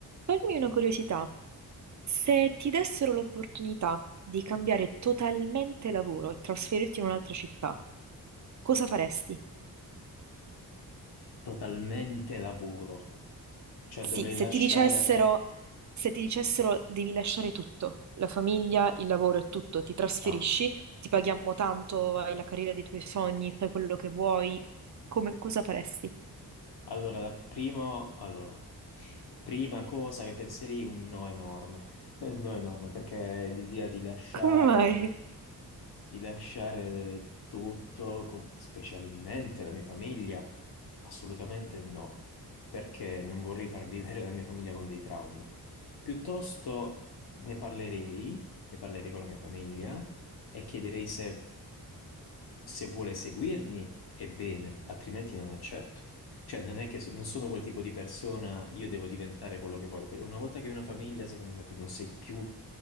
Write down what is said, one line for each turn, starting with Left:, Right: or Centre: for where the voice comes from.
Right: Toglimi una curiosità, se ti dessero l'opportunità di cambiare totalmente lavoro e trasferirti in un'altra città, cosa faresti?
Left: Totalmente lavoro. Cioè
Right: Sì,
Left: dovrei
Right: se
Left: lasciare...
Right: ti dicessero,
Left: pe-
Right: se ti dicessero devi lasciare tutto, la famiglia, il lavoro e tutto, ti trasferisci,
Left: No.
Right: ti paghiamo tanto, hai la carriera dei tuoi sogni, fai quello che vuoi, come- cosa faresti?
Left: Allora, la prima... allora, prima cosa che penserei è un no enorme. <laughs> Un no enorme, perché l'idea di lasciare,
Right: Come mai?
Left: di lasciare tutto, com- specialmente la mia famiglia, assolutamente no. Perché non vorrei far vivere la mia famiglia con dei traumi. Piuttosto ne parlerei, ne parlerei con la mia famiglia e chiederei se se vuole seguirmi, è bene, altrimenti non accetto. Cioè, non è che so- non sono quel tipo di persona, io devo diventare quello che voglio. Perché Una volta che hai una famiglia, secondo me tu non sei più